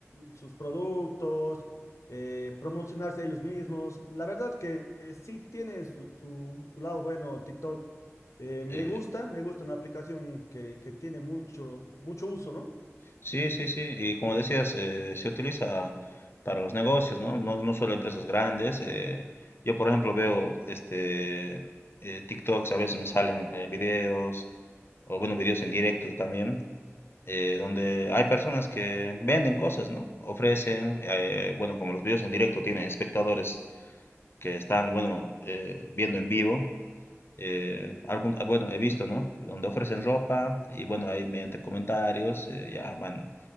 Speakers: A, on the left (about 75°); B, on the left (about 50°).
A: sus productos, eh, promocionarse ellos mismos. La verdad que eh, sí tiene su, su- su lado bueno TikTok. Eh, me
B: Eh,
A: gusta, me gusta una aplicación que, que tiene mucho, mucho uso, ¿no?
B: Sí, sí, sí. Y como decías, eh, se utiliza para los negocios, ¿no? No, no solo empresas grandes. eh, yo, por ejemplo, veo este eh, TikToks, a veces me salen eh, videos, o bueno, videos en directo también, eh, donde hay personas que venden cosas, ¿no? Ofrecen, eh, bueno, como los videos en directo tienen espectadores que están, bueno, eh, viendo en vivo. eh, algún, ah, bueno, he visto, ¿no? Donde ofrecen ropa y bueno, ahí mediante comentarios eh, ya van